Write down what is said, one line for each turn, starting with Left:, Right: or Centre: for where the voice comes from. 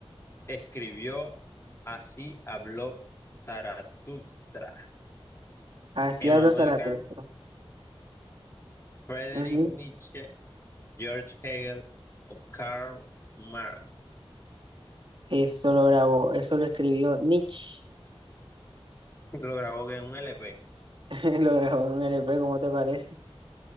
Left: escribió Así habló Zaratustra?
Right: Así
Left: ¿Emmanuel
Right: habló Zaratustra.
Left: Kant, Friedrich
Right: Ujú.
Left: Nietzsche, George Hegel o Karl Marx?
Right: Eso lo grabó, eso lo escribió Nietzsche.
Left: Lo grabó que en un LP.
Right: <laughs> Lo grabó en un LP, ¿cómo te parece?